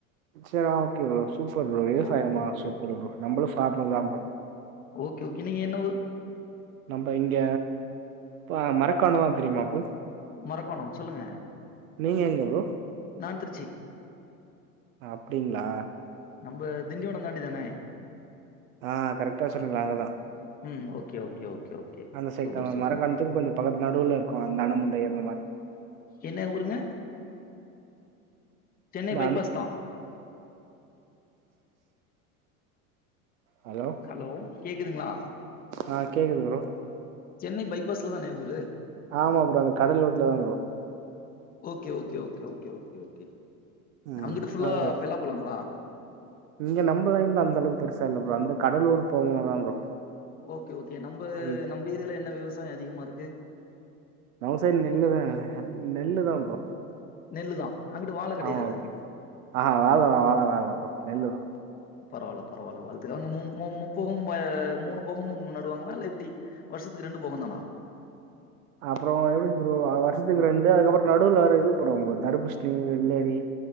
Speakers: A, on the right (about 65°); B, on the left (about 20°).
A: செர் okay bro super bro விவசாயமா
B: ஓகே ஓகே
A: சூப்பர்
B: okay
A: ப்ரோ நம்பளு ஸ்டார்ட் பண்லா ப்ரோ
B: ஓக்கே ஓக்கே நீங்க என்ன ஊரு
A: நம்ப இங்க ப மரக்கானுவா தெரியுமா ப்ரோ
B: மரக்கோனொ சொல்லுங்க
A: நீங்க எங்க ப்ரோ
B: நா திருச்சி
A: அப்டிங்களா
B: நம்ப திண்டிவனோ தாண்டி தானே
A: அ கரெக்ட்டா சொன்னீங்க அங்கதா
B: ம் ஓகே ஓகே ஓகே ஓகே
A: அந்த சைட்
B: சூப்பர்
A: தா
B: சூப்பர்
A: மரக்கானத்துக் கொஞ்சொ பக்கத் நடுவுல இருக்கு அந்த எடமு ந்த இடமு மாரி
B: என்ன ஊருங்க சென்னை
A: இந்த
B: பைபாஸ்
A: அணு
B: தா
A: ஹலோ
B: ஹலோ கேக்குதுங்ளா
A: அ கேக்குது ப்ரோ
B: சென்னை பைபாஸ்ல தானெ ஊரு
A: ஆமா ப்ரோ அந்த கடல் ஓட்ல தா bro
B: okay okay okay okay okay okay
A: ம்.
B: அங்குட்டு ஃபுல்லா
A: ஆ ப்ரோ.
B: பெல்லா பலங்ளா
A: இங்க நம்ப லைன்ல அந்தளவு பெருசா இல்ல ப்ரோ அந்த கடலூர் போங்க தா ப்ரோ
B: ஓக்கே ஓக்கே நம்ப
A: அந்த
B: நம்ப ஏரியால என்ன விவசாய அதிகமாருக்கு
A: நம்ம சைடு நெல்லுதெ நெல்லு தா ப்ரோ
B: நெல்லு தா அங்கிட்டு வாழ கெடையாது
A: ஆம்மா அ வாழ வாழலா இல்ல ப்ரோ நெல்லு தா
B: பரவால்ல பரவால்ல வாழ்த்துகள் அங்க மு மு மு போகும் ப மூணு போகமும் நடுவாங்கலா இல்ல எப்டி வருஷத்துக்கு ரெண்டு போகொந்தானா
A: அப்பற எப்டி ப்ரோ வருஷத்துக்கு ரெண்டு அதுக்கப்பற நடுவுல வேர இது போடுவாங்கோ ப்ரோ தடுப்புஸ்லி வெள்ளரி